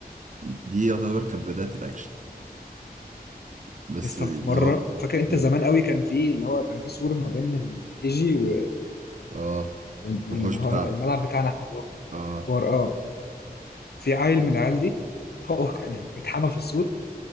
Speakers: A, on the right; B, on the left.
A: دي يعتبر كانت بداية الاكشن بس
B: يا اسطى
A: اللي
B: في مره
A: هو
B: فاكر انت
A: مم.
B: زمان قوي كان في اللي هو كان في سور ما بين الكي جي و...
A: اه
B: وال- واللي
A: والحوش
B: هو
A: بتاعنا
B: الملعب بتاعنا احنا اللي هو
A: اه
B: كبار اه في عيل من العيال دي هو <laughs> كان متحمى في السور